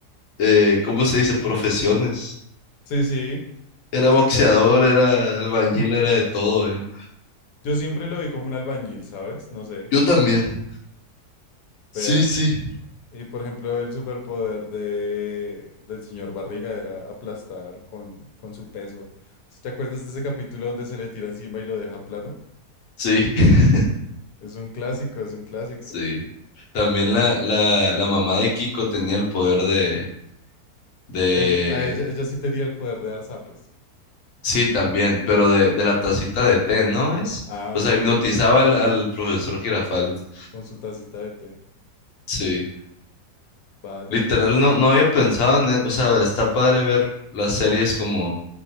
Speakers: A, on the left; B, on the left.
A: eh, ¿cómo se dice? Profesiones.
B: Sí, sí,
A: Era
B: exactamente.
A: boxeador, era albañil,
B: <laughs>
A: era de todo él.
B: Yo siempre lo vi como un albañil, ¿sabes? No sé,
A: Yo también. Sí,
B: vea.
A: sí.
B: Y por ejemplo, el superpoder de, del señor Barriga era aplastar con, con su peso. ¿Sí ¿Te acuerdas de ese capítulo donde se le tira encima y lo deja plano?
A: Sí, <laughs>
B: Es un clásico, es un clásico.
A: sí. También la, la, la mamá de Kiko tenía el poder de, de
B: Ella, a ella, ella sí tenía el poder de dar zapes.
A: Sí, también, pero de, de la tacita de té, ¿no es?
B: Ah,
A: O
B: ok,
A: sea, hipnotizaba
B: ok.
A: al, al profesor Girafales.
B: Con su tacita de té.
A: Sí,
B: Vaya,
A: literal,
B: pues.
A: no, no había pensado en eso. O sea, está padre ver las series como